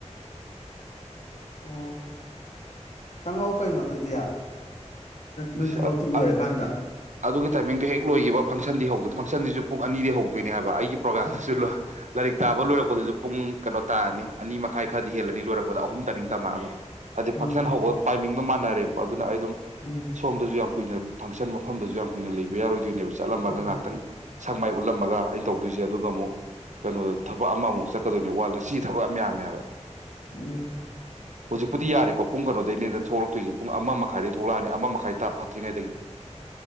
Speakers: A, on the left; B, on the right.
A: ꯑꯣ ꯆꯪꯉꯛꯑꯣ ꯀꯩꯅꯣ ꯑꯗꯨꯗꯤ
B: ꯏꯁ
A: ꯅꯣꯏ ꯊꯕꯛꯇꯨ ꯂꯣꯏꯔꯀꯥꯟꯗ
B: ꯑ ꯑ ꯑꯗꯨꯒꯤ ꯇꯥꯏꯃꯤꯡꯗꯣ ꯍꯦꯛ ꯂꯣꯏꯈꯤꯕ ꯐꯪꯁꯟꯗꯤ ꯍꯧꯗꯣꯏꯣ ꯐꯪꯁꯟꯁꯤꯁꯨ ꯄꯨꯡ ꯑꯅꯤꯗꯤ ꯍꯧꯗꯣꯏꯅꯦ ꯍꯥꯏꯕ ꯑꯩꯒꯤ ꯄ꯭ꯔꯣꯒꯥꯝꯁꯦ ꯂꯥꯏꯔꯤꯛ ꯇꯥꯕ ꯂꯣꯏꯔꯛꯄ ꯄꯨꯡ ꯀꯩꯅꯣ ꯇꯥꯔꯅꯤ ꯑꯅꯤꯃꯛ ꯈꯥꯏ ꯈꯔꯗꯤ ꯍꯦꯜꯂꯅꯤ ꯂꯣꯏꯔꯛꯗ ꯑꯍꯨꯝ ꯇꯅꯤ ꯇꯃ ꯑꯗꯨꯣ ꯑꯗꯨꯗꯤ
A: ꯎꯝ
B: ꯐꯪꯁꯟ ꯍꯣ ꯄ ꯃꯤꯣ ꯃꯥꯟꯅꯔꯦꯕꯀꯣ ꯑꯗꯨꯅ
A: ꯎꯝ
B: ꯁꯣꯝꯗꯁꯨ ꯌꯥꯝ ꯀꯨꯏꯅ ꯐꯪꯁꯟ ꯃꯐꯝꯗꯁꯨ ꯌꯥꯝ ꯀꯨꯏꯅ ꯂꯩꯕ ꯌꯥꯔꯣꯏꯗꯣꯏꯅꯦꯕ ꯆꯠꯂꯝꯃꯒ
A: ꯎꯝ
B: ꯉꯥꯏꯥꯛꯇꯪ ꯁꯪꯃꯥꯏ ꯎꯠꯂꯝꯃꯒ ꯑꯩꯅ ꯇꯧꯗꯣꯏꯁꯦ ꯑꯗꯨꯒ ꯑꯃꯨꯛ ꯀꯩꯅꯣꯗ ꯊꯕꯛ ꯑꯃꯃꯨꯛ ꯆꯠꯀꯗꯣꯏꯅꯤ ꯋꯥꯗ ꯉꯁꯤ ꯊꯕꯛ ꯌꯥꯝ ꯌꯥꯝꯃꯦ ꯍꯥꯏꯕ
A: ꯎꯝ
B: ꯍꯧꯖꯤꯛꯄꯨꯗꯤ ꯌꯥꯔꯤꯀꯣ ꯄꯨꯡ ꯀꯩꯅꯣꯗꯒꯤꯩꯅꯤꯗ ꯊꯣꯛꯂꯛꯇꯣꯏꯁꯦ ꯄꯨꯡ ꯑꯃ ꯃꯈꯥꯏꯗꯩ ꯊꯣꯛꯂꯛꯑꯅꯤ ꯑꯃꯥꯏ ꯇ ꯐꯇ꯭ꯔꯤ ꯉꯥꯏꯗꯗꯒꯤ